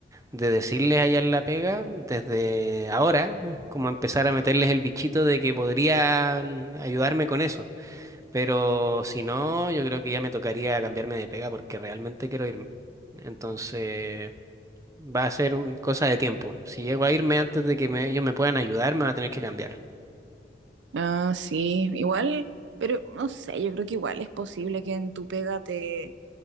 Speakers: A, on the right (about 20°); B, on the right (about 85°).
A: de decirles allá en la pega desde ahora, como empezar a meterles el bichito de que podrían ayudarme con eso. Pero si no, yo creo que ya me tocaría cambiarme de pega porque realmente quiero irme. Entonces, va a ser un- cosa de tiempo. Si llego a irme antes de que me- ellos me puedan ayudar, me va a tener que cambiar.
B: Ah, sí, igual, pero no sé, yo creo que igual es posible que en tu pega te,